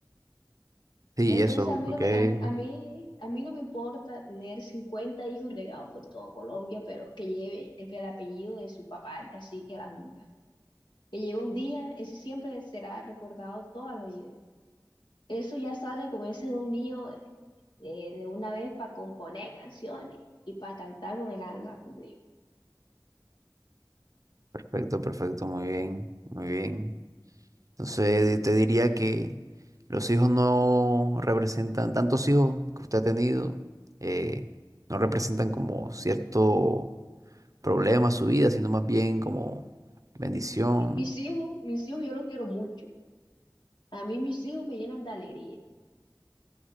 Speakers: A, on the right; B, on the left.
A: Sí,
B: Entonces
A: eso,
B: a mí
A: porque...
B: no me, a, mí, a mí a mí no me importa tener 50 hijos regados por todo Colombia, pero que lleve el, el apellido de su papá, el cacique de la junta. Que lleve un día, ese siempre será recordado toda la vida. Eso ya sale con ese don mío eh, de una vez para componer canciones y para cantar con el alma. porque
A: Perfecto, perfecto, muy bien, muy bien. Entonces te diría que los hijos no representan, tantos hijos que usted ha tenido, eh, no representan como cierto problema a su vida, sino más bien como bendición.
B: Mis hijos, mis hijos, yo los quiero mucho. A mí mis hijos me llenan de alegría.